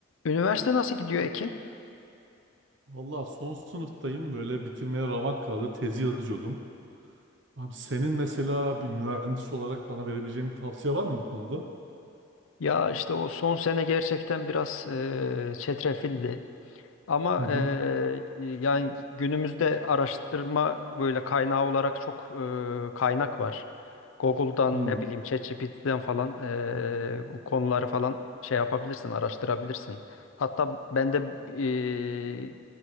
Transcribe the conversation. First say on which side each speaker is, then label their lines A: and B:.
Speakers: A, on the left; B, on the right.
A: Üniversite nasıl gidiyor Ekin?
B: Valla son sınıftayım böyle bitirmeye ramak kaldı tezi yazıyordum. Abi senin mesela bir mühendis olarak bana verebileceğin bir tavsiye var mı bu konuda?
A: Ya işte o son sene gerçekten biraz eee çetrefilli. Ama
B: Hı hı.
A: eee, yani günümüzde araştırma böyle kaynağı olarak çok eee, kaynak var. Google'dan
B: Hı
A: ne bileyim ChatGPT'den falan eee, bu konuları falan şey yapabilirsin, araştırabilirsin. Hatta ben de eee,